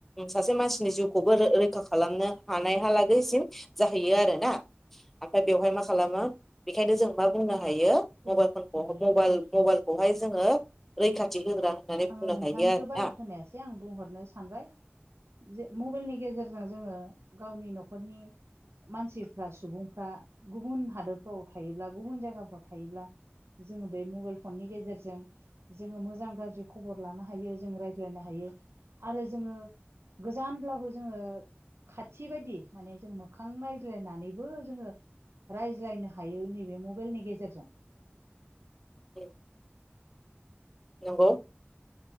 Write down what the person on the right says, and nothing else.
दे
औ नोंथां
बुं
आङो
नोंथांनिखौ
बारा खोनायासै आं बुंहरनो सानबाय जे मबाइलनि। गेजेरजों जोङो गावनि न'खरनि। मानसिफ्रा सुबुंफ्रा गुबुन हादोरफ्राव थायोब्ला गुबुन जायगाफ्राव थायोब्ला। जोङो बे मबाइल फननि गेजेरजों जोङो मोजां गाज्रिखौ। खबर लानो हायो जों रायज्लायनो हायो आरो जोङो। गोजानब्लाबो जोङो। खाथि बायदि माने जों मोखां नायज्लायनानैबो जोङो। रायज्लायनो हायो नैबे मबाइलनि गेजेरजों।